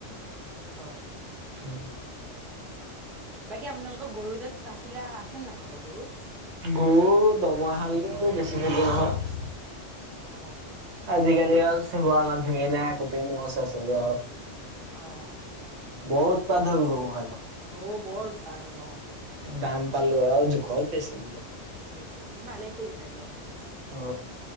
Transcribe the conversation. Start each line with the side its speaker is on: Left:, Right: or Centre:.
Centre: হয়।
Right: উম।
Centre: বাকী আপোনালোকৰ গৰু তাত আছিলা আছে নাই ব গৰু?
Right: গৰু দমহালোৰ বেছি ভাগে হয়।
Centre: অ।
Right: আজিকালি আৰু চ বোৱা মানুহেই নাই কুটি মছ আছিলে। আৰু
Centre: অঁ।
Right: বহুত পাধ ক খাল।
Centre: গৌ বৰ পাৰ হলওঁ।
Right: দাম পালো আৰু জোখ বেছি দিল।
Centre: বেছি ন ভালে কৰিছো দিয়ক।
Right: অ।